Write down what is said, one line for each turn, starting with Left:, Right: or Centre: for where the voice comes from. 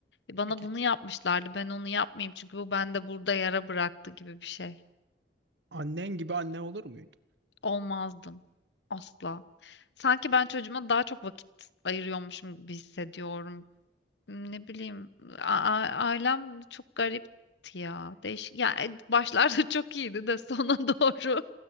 Left: E, Bana
Right: Peki
Left: bunu yapmışlardı. Ben onu yapmayayım çünkü bu bende burada yara bıraktı gibi bir şey.
Right: annen gibi anne olur muydu?
Left: Olmazdım. Asla. Sanki ben çocuğuma daha çok vakit ayırıyormuşum gibi hissediyorum. Ne bileyim, a- a- ailem çok garipti ya. Değişik. Ya e, başlarda <laughs> çok iyiydi de sona doğru